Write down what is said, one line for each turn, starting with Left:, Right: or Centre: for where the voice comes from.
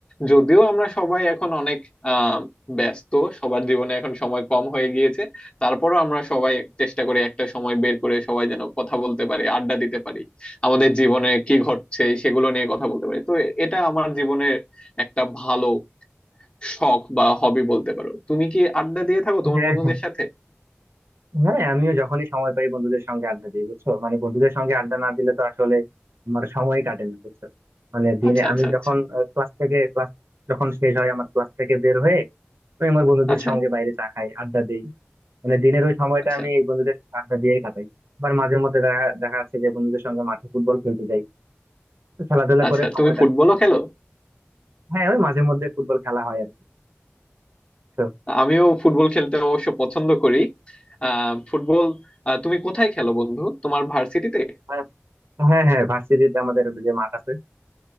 Left: যদিও আমরা সবাই এখন অনেক আহ ব্যস্ত সবার জীবনে এখন সময় কম হয়ে গিয়েছে তারপরও আমরা সবাই চেষ্টা করি একটা সময় বের করে সবাই যেন কথা বলতে পারি আড্ডা দিতে পারি আমাদের জীবনে কি ঘটছে সেগুলো নিয়ে কথা বলতে পারি তো এটা আমার জীবনের একটা ভালো শখ বা হবি বলতে পারো তুমি কি আড্ডা দিয়ে থাকো তোমার
Right: হ্যাঁ
Left: বন্ধুদের
Right: হ্যাঁ
Left: সাথে
Right: হ্যাঁ, আমিও যখনই সময় পাই বন্ধুদের সঙ্গে আড্ডা দিই বুঝছো মানে বন্ধুদের সঙ্গে আড্ডা না দিলে তো আসলে আমার সময় কাটে না বুঝছো মানে দিনে
Left: আচ্ছা
Right: আমি
Left: আচ্ছা আচ্ছা
Right: যখন ক্লাস থেকে ক্লাস যখন শেষ হয় আমার ক্লাস থেকে বের হয়ে আমি আমার বন্ধুদের
Left: আচ্ছা
Right: সঙ্গে বাইরে চা খাই আড্ডা দেই মানে দিনের ওই সময়টা
Left: আচ্ছা
Right: আমি এই বন্ধুদের সঙ্গে আড্ডা দিয়েই কাটাই আবার মাঝে মধ্যে দেখা দেখা যাচ্ছে যে বন্ধুদের সঙ্গে মাঠে ফুটবল খেলতে যাই তো খেলাধুলা
Left: আচ্ছা
Right: করে সময়
Left: তুমি ফুটবলও
Right: কাটে
Left: খেলো
Right: হ্যাঁ ওই মাঝে মধ্যে ফুটবল খেলা হয় আর কি তো,
Left: আমিও ফুটবল খেলতে অবশ্য পছন্দ করি আহ ফুটবল আহ, তুমি কোথায় খেলো বন্ধু তোমার ভার্সিটিতে
Right: আহ, হ্যাঁ হ্যাঁ ভার্সিটিতে আমাদের যে মাঠ আছে